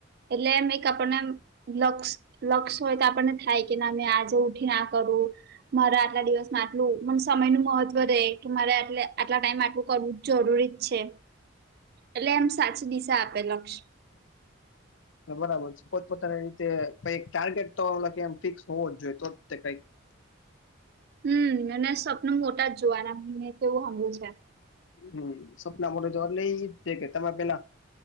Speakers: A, on the right (about 50°); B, on the left (about 70°).
A: એટલે એમ એક આપણને આમ લક્ષ, લક્ષ હોય તો આપણને થાય કે ના મે આજે ઉઠીને આ કરું. મારે આટલા દિવસમાં આટલું, મન સમયનું મહત્વ રેય, કે મારે આટલે આટલા ટાઈમમાં આટલું કરવું જરૂરી જ છે. એટલે એમ સાચી દિશા આપે લક્ષ.
B: હા બરાબર છે. પોતપોતાની રીતે કંઈક ટાર્ગેટ તો ઓલા કે એમ ફિક્સ હોવો જ જોઈએ, તો જ તે કંઈક <inaudible>
A: હમ્મ. અને સપનું મોટા જ જોવાના, મે તો એવું હાંભળ્યુ છે.
B: હમ્મ. સપના મોટા જોવા. એટલે ઈજ તે કે તમે પેલા